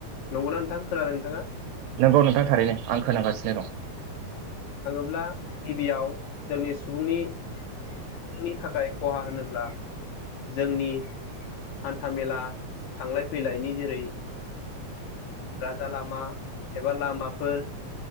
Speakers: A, on the left (about 80°); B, on the right (about 75°).
A: नंगौना नोंथां खोनादों नोंथाङा।
B: नोंगौ नोंथां थारैनो आं खोनागासिनो दं।
A: अब्ला गिबियाव जोंनि सुबुंनि सुबुंनि थाखाय खहा होनोब्ला जोंनि। हान्थ मेला थांलाय फैलायनि जेरै राजा लामा एबा लामाफोर